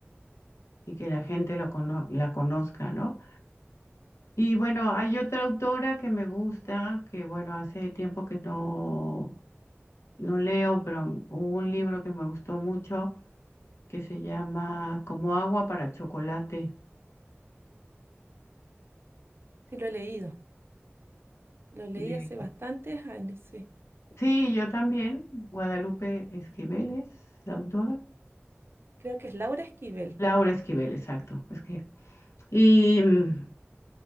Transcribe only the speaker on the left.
y que la gente lo cono- la conozca, ¿no? Y bueno, hay otra autora que me gusta, que bueno, hace tiempo que no No leo, pero hubo un libro que me gustó mucho que se llama Como agua para chocolate.
de-
Sí, yo también, Guadalupe Esquivel es la autora.
Laura Esquivel, exacto. Es que... Y mm,